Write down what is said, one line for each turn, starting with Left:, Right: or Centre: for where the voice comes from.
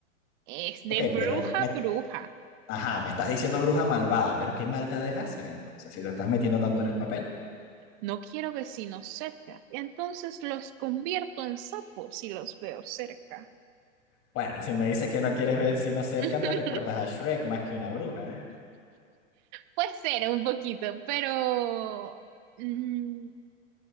Right: Es de
Left: ok,
Right: bruja
Left: pero me,
Right: a bruja.
Left: ajá, me estás diciendo bruja malvada, pero ¿qué maldades haces entonces si te estás metiendo tanto en el papel?
Right: No quiero vecinos cerca. Entonces los convierto en sapos si los veo cerca.
Left: Bueno, si me dices que no quieres vecinos cerca,
Right: <laughs>
Left: me recuerdas a Shrek más que una bruja, ¿eh?
Right: Puede ser un poquito, pero mm,